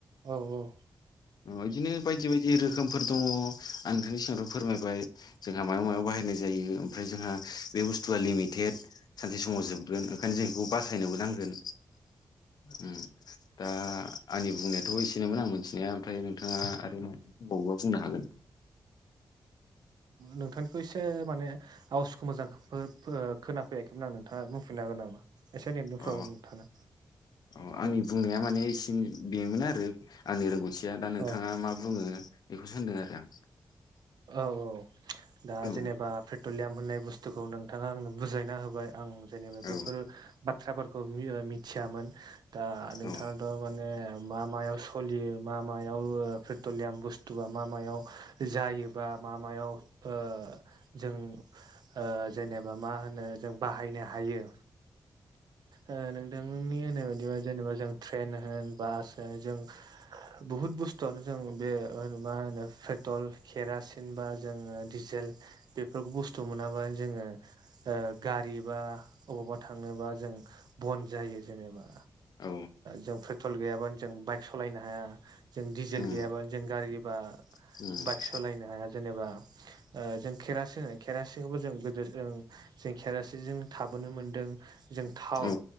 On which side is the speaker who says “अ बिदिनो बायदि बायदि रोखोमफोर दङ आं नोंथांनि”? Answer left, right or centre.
Left